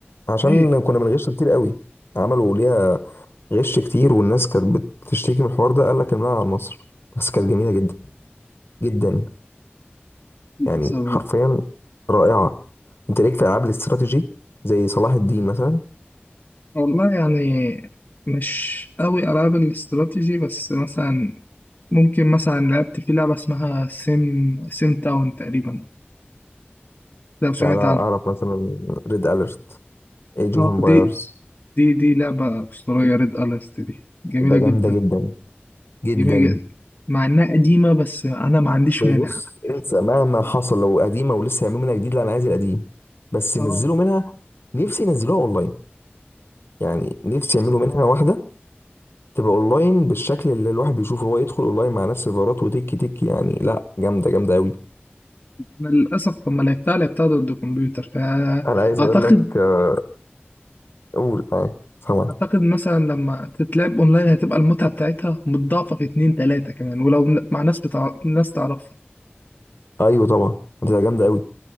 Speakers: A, on the left; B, on the left.
A: عشان
B: ايه
A: كنا بنغش كتير قوي عملوا ليها غش كتير والناس كانت بت- بتشتكي من الحوار ده قال لك امنعها عن مصر بس كانت جميله جدا جدا
B: للاسف
A: يعني حرفيا رائعه انت ليك في العاب الاستراتيجي زي صلاح الدين مثلا
B: والله يعني مش قوي ألعاب الاستراتيجي بس مثلا ممكن مثلا لعبت في لعبة اسمها سيم سيم تاون تقريبا لو سمعت
A: لا انا
B: عنها
A: اعرف مثلا ريد اليرت ايج
B: اه
A: اوف امبايرز
B: دي دي دي لعبة أسطورية ريد أليرت دي جميلة
A: ده
B: جدا
A: جامده جدا جدا
B: جميلة جدا مع إنها قديمة بس أنا ما عنديش
A: بص
B: مانع
A: انسى مهما حصل لو قديمه ولسه هيعملوا منها جديد لا انا عايز القديم بس
B: اه
A: نزلوا منها نفسي ينزلوها اونلاين يعني نفسي يعملوا منها واحده تبقى اونلاين بالشكل اللي الواحد بيشوفه هو يدخل اونلاين مع نفس السيرفرات وتك تك يعني لا جامده جامده قوي
B: أنا للأسف لما لعبتها لعبتها ضد الكمبيوتر فأعتقد
A: انا عايز اقول لك آه، قول معاك سامعك
B: أعتقد مثلا لما تتلعب أونلاين هتبقى المتعة بتاعتها متضاعفة في اتنين تلاتة كمان ولو مع ناس بتاع... ناس تعرفها
A: ايوه طبعا هتبقى جامده قوي